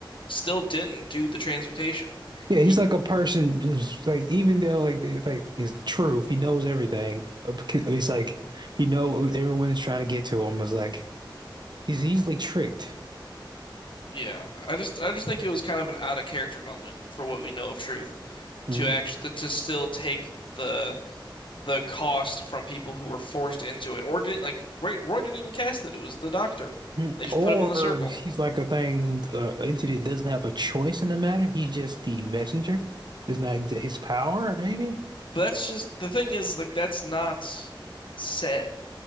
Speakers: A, on the left; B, on the right.
A: still didn't do the transmutation.
B: Yeah, he's
A: He
B: like a person who's like, even though like, they- like he's the truth, he knows everything. Uh, c- He's like, he know everyone is trying to get to him is like, he's easily tricked.
A: yeah, I just I just think it was kind of an out of character moment for what we know of Truth
B: Mm.
A: to actually to still take the the cost from people who were forced into it, or didn't like Roy, Roy didn't even cast it. It was the doctor.
B: Mm.
A: They just
B: Or
A: put him in the circle.
B: he's like a thing, uh, entity that doesn't have a choice in the matter. He's just the messenger. It's not his power, maybe.
A: But that's just the thing is like that's not said